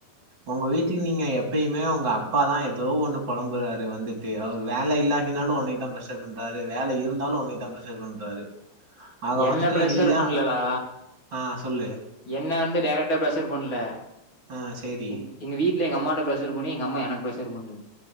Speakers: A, on the right; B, on the left.
A: உங்க வீட்டுல நீங்க எப்பியுமே உங்க அப்பாதா எதோ ஒண்ணு பொழம்புறாரு வந்துட்டு அவர் வேல இல்லாட்டினாலு உனையதா ப்ரெஷர் பண்றாரு வேல இருந்தாலு உனையதா ப்ரெஷர் பண்றாரு ஆக
B: என்ன
A: மொத்தத்துல
B: ப்ரெஷர்
A: நீதா
B: பண்ணலலா
A: ஆ சொல்லு
B: என்ன வந்து டேரட்டா ப்ரெஷர் பண்ணல
A: ஆ சேரி
B: எங் எங்க வீட்ல எங்க அம்மா ட்ட ப்ரெஷர் பண்ணி எங்க அம்மா எனக்கு ப்ரெஷர் பண்டு